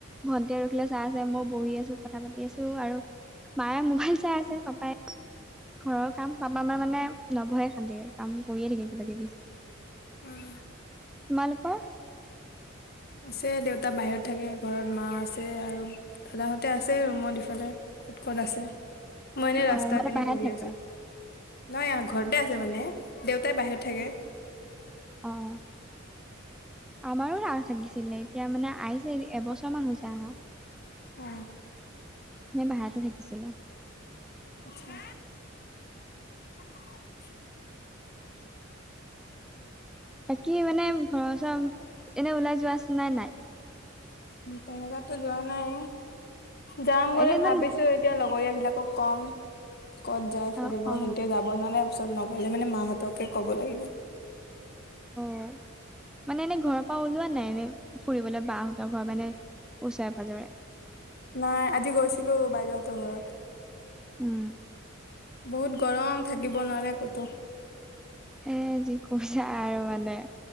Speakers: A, in the centre; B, on the left.
A: ভণ্টিয়ে ৰখিলৈ চাই আছে, মই বহি আছোঁ, কথা পাতি আছো, আৰু মায়ে মোবাইল চাই আছে, পাপায়ে ঘৰৰ কাম, পাপা আমাৰ মানে নবহে শান্তৰে, কাম কৰিয়ে থাকে, কিবা-কিবি।
B: উম।
A: তোমালোকৰ?
B: আছে, দেউতা বাহিৰত থাকে, ঘৰত মা আছে, আৰু দাদাহঁতে আছে ৰুমত ইফালে ক'ত ক'ত আছে, মই এনেই
A: অ
B: ৰাস্তা
A: মানে
B: পিনি
A: বাহিৰত
B: বহি
A: থাকে
B: আছো। নাই আহ ঘৰতে আছে মানে, দেউতাই বাহিৰত থাকে।
A: অ', আমাৰো লাওঁ থাকিছিলে এতিয়া মানে আই এবছৰ মান হৈছে আহাঁ,
B: অ
A: নে বাহিৰতে থাকিছিলে?
B: আচ্ছা <unintelligible>
A: বাকী মানে ঘৰৰ ওচৰত এনে ওলাই যোৱা আছে না নাই?
B: তেনেকাতো যোৱা নাই, যাম বুলি
A: এনে ইমান
B: ভাবিছো এয়া লগৰীয়া বিলাকক কম ক'ত যায়
A: অ
B: ফুৰিব
A: অ
B: সে বনালে পিছত নগ'লে মানে মাহঁতকে ক'ব লাগিব।
A: অ মানে এনে ঘৰৰ পৰা ওলোৱা নাই এনে, ফুৰিবলৈ বাহহোতৰ ঘৰৰ পৰা এনে ওচৰে পাঁজৰে?
B: নাই আজি গৈছিলো বাইদেউহঁতৰ ঘৰত।
A: উম',।
B: বহুত গৰম থাকিব নোৱাৰে ক'তো।
A: এ' যি কৈছা আৰু মানে।